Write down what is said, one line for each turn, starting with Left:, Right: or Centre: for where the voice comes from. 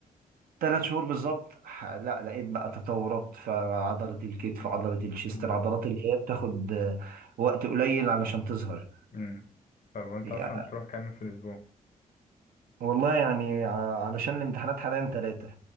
Right: ثلاث شهور بالظبط ح- لا لقيت بقى تطورات في عضلة الكتف عضلة الشيست
Left: مم،
Right: العضلات اللي هي بتاخد آه، وقت قليل علشان تظهر
Left: مم. طب وأنت
Right: يعني
Left: أصلا بتروح كام يوم في الأسبوع؟
Right: والله يعني ع- علشان الامتحانات حاليا ثلاثة